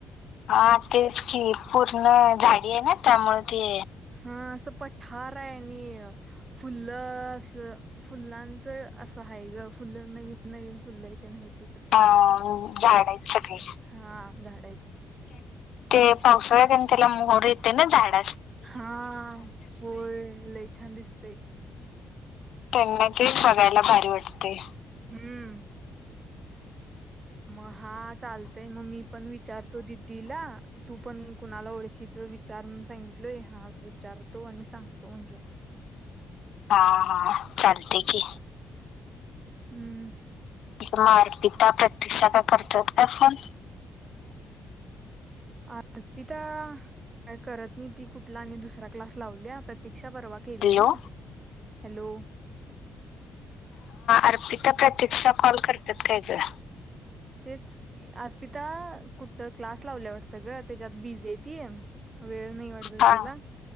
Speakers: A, on the left; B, on the right.
A: हा तेच की पूर्ण? झाडी आहे ना त्यामुळे ते?
B: हा असं पठार आहे. आणि फुल अस फुलांच असं आहे. ग फुल नवीन नवीन फुल्ल इथे नाहीत.
A: अ झाड आहेत सगळे
B: हा झाड आहेत
A: ते पावसाळ्या त्यां लाहर येत ना झाड
B: हा होय लय छान दिसतय.
A: त्यांना ते बघायला भारी वाटते
B: हम्म म चालतय मग मी पण विचारतो दिदीला तू पण कुणाला ओळखीच विचार सांगितलोय हा विचारतो आणि सांगतो म्हटलं.
A: हा हा चालते की
B: हम्म
A: तथ मारपिता प्रतक्षा का करत काय फोन
B: अर्पिता का करत नाही ती कुठला आणि दुसरा क्लास लावली प्रत्येक... रिक्षा परवा केलेली
A: hello
B: hello
A: Arpita Pratiksha call करतात काय तुला
B: तेच अर्पिता कुठ क्लास लावल्या वाटतं ग त्याच्यात बिझी आहे त वेळ नाही वाटत
A: हा
B: तिला